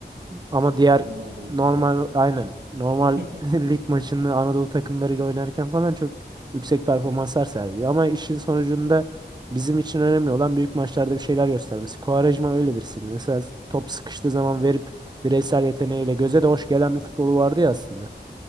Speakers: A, on the right (about 25°); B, on the right (about 75°).
A: Ama diğer
B: Immobile
A: normal
B: gibi.
A: aynen normal
B: <laughs>
A: <laughs> lig maçını Anadolu takımlarıyla oynarken falan çok yüksek performanslar sergiliyor. Ama işin sonucunda bizim için önemli olan büyük maçlarda bir şeyler göstermesi. Quaresma öyle birisiydi. Mesela top sıkıştığı zaman verip bireysel yeteneğiyle göze de hoş gelen bir futbolu vardı ya aslında.